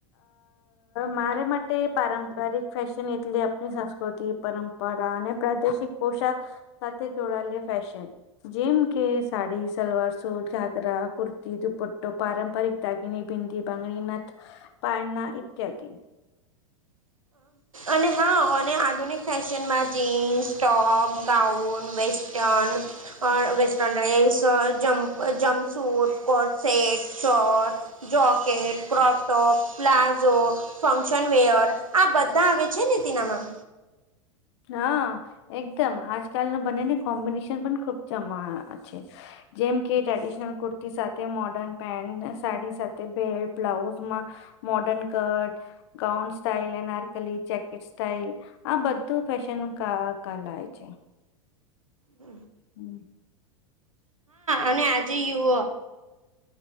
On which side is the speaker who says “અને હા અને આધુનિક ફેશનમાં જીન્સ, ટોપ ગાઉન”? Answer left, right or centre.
Right